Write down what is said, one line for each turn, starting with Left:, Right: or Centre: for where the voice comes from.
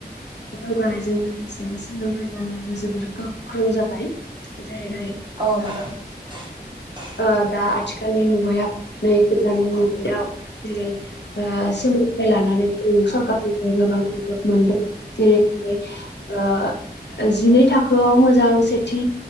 Left: दावगानायजों लोगोसे सोलोंथाइ लानायाबो जोबोर गोख्रों जाबाय। जेरैहाय
Right: औ नोंथां
Left: ओ
Right: <unintelligible>
Left: ओ दा आथिखालनि मुगायाव नै गोदान मुगायाव जेरै ओ सो लोंथाइ लानानै जों सरखारनिफ्राय गोबां मदद मोनदों जेरैहाय ओ जिनै थाखोआव मोजां सेथि